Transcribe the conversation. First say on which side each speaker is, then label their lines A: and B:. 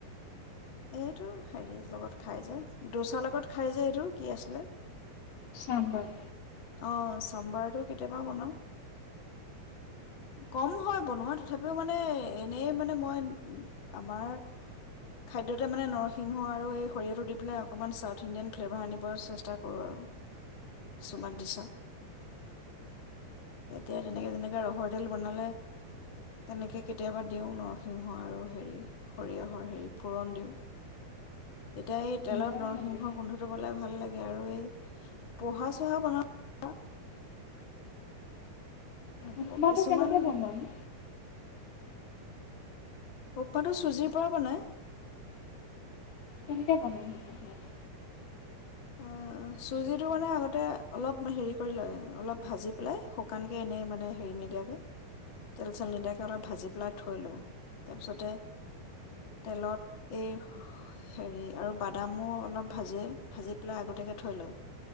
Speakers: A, on the left (about 40°); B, on the left (about 70°).
A: এইটো হেৰি লগত খাই যে দোচাৰ লগত খাই যে এইটো কি আছিলে?
B: শামবাড়
A: অ', চম্বাৰটো কেতিয়াবা বনাওঁ।। কম হয় বনোৱা তথাপিও মানে এনেই মানে মই আমাৰ খাদ্যতে মানে নৰসিংহ আৰু এই সৰিয়হটো দি পেলাই অকণমান চাউথ ইণ্ডিয়ান ফ্লেভাৰ আনিব চেষ্টা কৰোঁ আৰু কিছুমান <unintelligible> তেতিয়া তেনেকে তেনেকে ৰহৰ বনালে তেনেকে কেতিয়াবা দিওঁ নৰসিংহ আৰু হেৰি সৰিয়হৰ হেৰি ফুৰণ দিওঁ। তেতিয়া এই তেলত
B: ভাল
A: নৰসিংহ
B: লাগে
A: গোন্ধটো পেলাই ভাল লাগে আৰু এই পহা চহা বনাওঁ আকৌ
B: উপমাটো
A: কিছুমান
B: কেনেকে বনোৱানো
A: উপমাটো চুজিৰ পৰা বনাই।
B: কেনেকে বনাই? <unintelligible>
A: আ চুজিটো মানে আগতে অলপ হেৰি কৰি লয় অলপ ভাজি পেলাই শুকানকে এনেই মানে হেৰি নিদিয়াকে তেল চেল নিদিয়াকে অলপ ভাজি পেলাই থৈ লয় তাৰপিছতে তেলত এই হেৰি আৰু বাদামো অলপ ভাজে ভাজি পেলাই আগতিয়াকৈ থৈ লয়